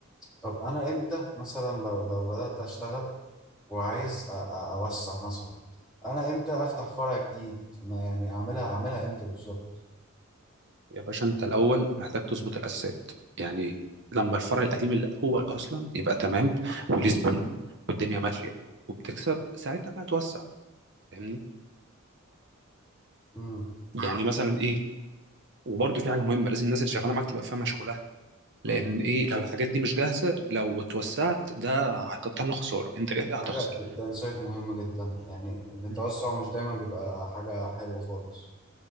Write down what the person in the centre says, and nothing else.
طب انا امتى مثلا لو لو بدأت اشتغل وعايز أ- أ- اوسع مثلا انا امتى افتح فرع جديد ما يعني اعملها اعملها امتى بالظبط
امم
امم
حاجة جدا سايت مهم جدا يعني ان التوسع
مش دايما بيبقى حاجة حلوة خالص